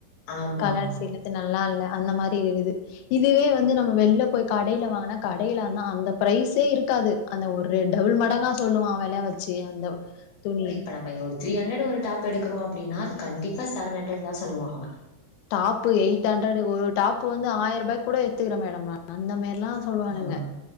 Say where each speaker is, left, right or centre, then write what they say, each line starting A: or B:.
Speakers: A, on the left; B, on the left.
A: ஆமா
B: கலர்ஸிலு
A: ஆமா
B: இது நல்லா இல்ல அந்த மாரி இருக்குது இதுவே வந்து நம்ம வெள்ளப் போய் கடைல வாங்குனா கடைல ஆனா அந்த ப்ரைஸே இருக்காது அந்த ஒரு ரெ டபுள் மடங்கா சொல்லுவா வெலையா வத் சே அந்தவ் துணிய
A: ப்ப நம்ம இங்க ஒரு த்ரீ ஹண்டரட்டு ஒரு டாப் எடுக்குறோ அப்டினா அது கண்டிப்பா செவன் ஹண்டரட் தான் சொல்லுவாகளா
B: டாப்பு எயிட் ஹண்ட்ரட்டு ஒரு டாப்பு வந்து ஆயரூபாய்க்குட எத்துக்கிட மேடம் நா அந்த மேரிலா சொல்லுவானுங்க
A: அவ